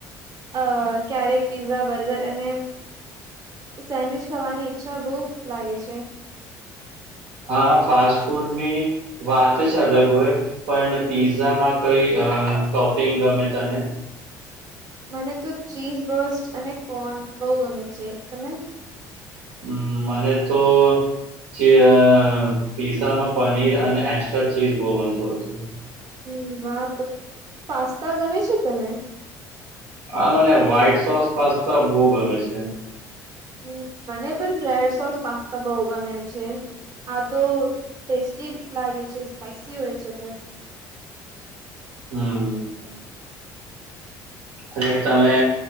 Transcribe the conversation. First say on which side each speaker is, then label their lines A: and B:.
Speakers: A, on the right; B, on the right.
A: અ ક્યારેક પીઝા બર્ગર અને સેન્ડવીચ ખાવાની ઈચ્છા બોવ લાગે છે
B: હા ફાસ્ટ ફૂડની વાત જ અલગ હોય પણ પીઝામાં કઈ અ ટોપિંગ ગમે તને
A: મને તો ચીઝ બસ્ટ અને કોન બહુ ગમે છે, તમે?
B: હમ મને તો <unintelligible> પીઝામાં પનીર અને એક્સ્ટ્રા ચીઝ બો બનતું હતું
A: હમ વા તો પાસ્તા ગમે છે, તને?
B: આ મને વ્હાઈટ સોસ પાસ્તા બો ગમે છે.
A: હમ મને પણ રેડ સોસ પાસ્તા બો ગમે છે. આ તો ટેસ્ટી લાગે છે, સ્પાઈસી હોય છે, પણ
B: હમમ. અને તમે